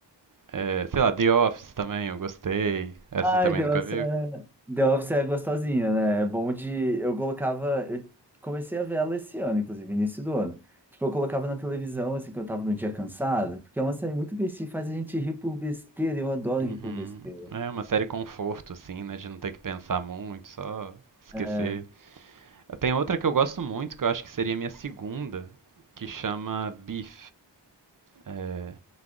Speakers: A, on the right (about 45°); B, in the centre.
A: É, sei lá, The Office também, eu gostei. Essa
B: Ai,
A: você também
B: The
A: nunca
B: Office
A: viu?
B: é, The Office é gostosinha, né? É bom de. Eu colocava. Eu comecei a ver ela esse ano, inclusive, início do ano. Tipo, eu colocava na televisão, assim, quando eu tava num dia cansado, porque é uma série muito bestinha, faz a gente rir por besteira. Eu adoro
A: Uhum.
B: rir por besteira.
A: É uma série conforto, assim, né? De não ter que pensar muito, só esquecer.
B: É,
A: Tem outra que eu gosto muito, que eu acho que seria minha segunda, que chama Beef. É,